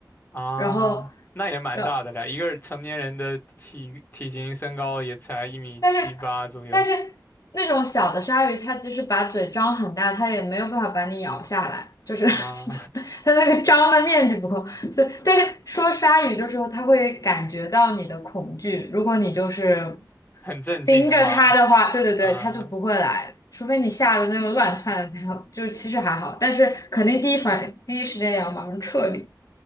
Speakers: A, on the left (about 30°); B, on the left (about 50°).
A: 啊，
B: 然后，
A: 那也蛮大的了，
B: 然
A: 一个成年人的体体型身高也才一米七八左右
B: 但是但是那种小的鲨鱼，它即使把嘴张很大，它也没有办法把你咬下来，就是
A: 啊，
B: <laughs> 它那个张的面积不够。所以，但是说鲨鱼就是说它会感觉到你的恐惧，如果你就是
A: <laughs> 很镇静的话
B: 盯着它的话，对对对，
A: 啊。
B: 它就不会来。除非你吓得那个乱窜的才好，就是其实还好，但是肯定第一反应第一时间也要马上撤离。